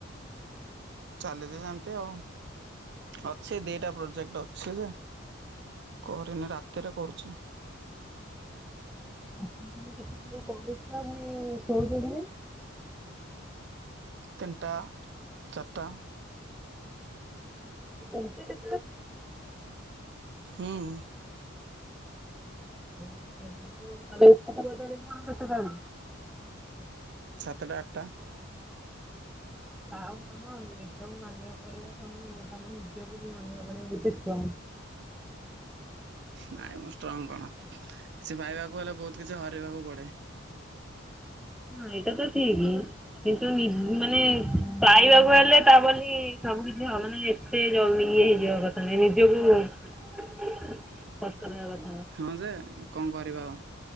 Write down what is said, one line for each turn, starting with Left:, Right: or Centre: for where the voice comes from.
Right: ଚାଲିଛି ସେମିତି ଆଉ, ଅଛି ଦିଟା ପ୍ରୋଜେକ୍ଟ ଅଛି ଯେ କରିନି ରାତିରେ କରୁଛି।
Centre: <inaudible> କ ସରେ <unintelligible>
Right: ତିନଟା ଚାରଟା
Centre: ଏତି
Right: ହୁଁ
Centre: <inaudible> ତାଲେ <inaudible> କଣ କେତେ ଦାମ୍?
Right: ସାତଟା ଆଠଟା।
Centre: ଉଁ ହୋଉ ତମ ନିଦକୁ ମାନିବାକୁ ପଡ଼ିବ ତମେ ତମ ନିଜକୁ ବି ମାନିବାକୁ ପଡ଼ିବ ଗୋଟେ ଷ୍ଟ୍ରଙ୍ଗ। <inaudible>
Right: ନାଇଁ ମ ଷ୍ଟ୍ରଙ୍ଗ୍ କଣ? କିଛି ପାଇବାକୁ ହେଲେ ବୋହୁତ କିଛି ହରେଇବାକୁ ପଡ଼େ।
Centre: ହଁ ଏଇଟା ତ ଠିକ କିନ୍ତୁ ନି ମାନେ ପାଇବାକୁ ହେଲେ ତା ବୋଲି ସବୁ କିଛି ହ ମାନେ ଏତେ ଜଲ୍ଦୀ ଇଏ ହେଇଯିବା କଥା ନୁହେଁ ନିଜକୁ କଷ୍ଟ ଦେବା କ
Right: ହଁ ଯେ କଣ କରିବା ଆଉ।